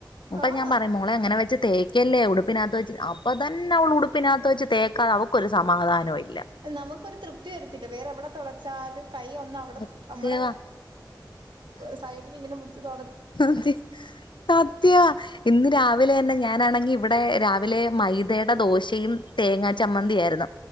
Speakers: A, on the left (about 85°); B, on the right (about 80°).
A: അപ്പ
B: ആഹ്
A: ഞാൻ പറയുമോ നമ്മളെങ്ങനെച്ച് തേക്കല്ലേ ഉടുപ്പിനകത്ത് വെച്ച് അപ്പ തന്നെ അവള് ഉടുപ്പിനകത്ത് വെച്ച് തേക്കാതെ അവ ഒരു സമാധാനവും ഇല്ല
B: നമുക്കൊരു തൃപ്തി വരത്തില്ല വേറെ എവിടെ തുടച്ചാലും കൈ ഒന്ന് അവിടെ
A: സത്യവാ
B: നമ്മടെ സൈഡിൽ ഇങ്ങനെ പിടിച്ച തൊ
A: അതെ സത്യാ ഇന്ന് രാവിലെ തന്നെ ഞാനാണെങ്കിൽ ഇവിടെ രാവിലെ മൈദയുടെ ദോശയും തേങ്ങാ ചമ്മന്തി ആയിരുന്നു